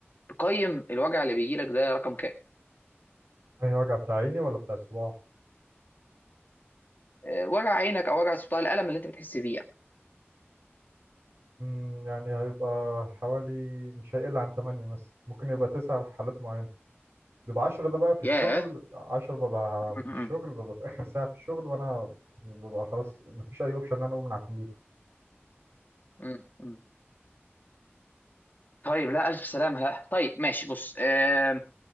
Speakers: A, on the left (about 40°); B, on the right (about 65°).
A: تقيم الوجع اللي بيجي لك ده رقم كام
B: يعني وجع بتاع عيني ولا بتاع الصباع
A: آه، وجع عينك او وجع صوتها الالم اللي انت بتحس بيه يعني.
B: مم، يعني هيبقى حوالي مش هيقل عن تمانية مثلا ممكن يبقى تسعة في حالات معينة بيبقى عشرة ده بقى في الشغل
A: ياه
B: عشرة ببقى
A: م-
B: في
A: م-
B: الشغل ببقى في آخر ساعة في الشغل وأنا ببقى خلاص مفيش أي أوبشن إن أنا أقوم من على الكمبيوتر
A: م- م. طيب لا ألف سلامة لا طيب ماشي بص آه